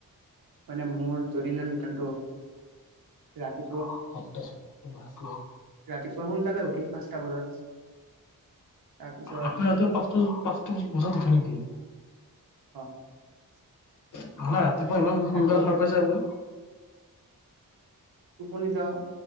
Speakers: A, on the right; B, on the left.
A: মানে মোৰ দৈনন্দিন ৰাতি
B: অ। <unintelligible>
A: ৰাতিপুৱা সোনকালে উঠি পাঁচটা বজাত তাৰপিছত
B: আপুনি ৰাতি পাঁচটা, পাঁচটা বজাত উঠে নেকি?
A: <unintelligible>
B: নহয় ৰাতিপুৱা ইমান সোনকালে
A: ৰাতি
B: সাৰ পাই যায় যে আপুনি?
A: টোপনি যাওঁ